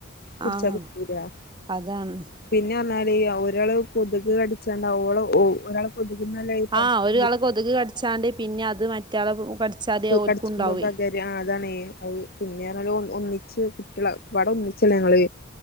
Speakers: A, on the left; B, on the right.
A: കുടിച്ച
B: ആഹ്
A: <unintelligible>
B: അതാണ്
A: പിന്നാ <unintelligible> ഒരാള് കൊതുക് കടിച്ചാണ്ട് ഓള് ഒരാൾ കൊതുകിന്നലെ ഈ <unintelligible>
B: ആഹ് ഒരാളെ കൊതുക് കടിച്ചാണ്ട് പിന്നെ അത് മറ്റാളെ കടിച്ചാതെ ഓൽക്കുണ്ടാവേ
A: കടിച്ചുമ്പോ പകര അതാണ് അത് പിന്നെ ർഞ്ഞാല് ഒന്ന് ഒന്നിച്ച് കുട്ടികള ഒക്കപാടെ ഒന്നിച്ചല്ലേ ഞങ്ങള്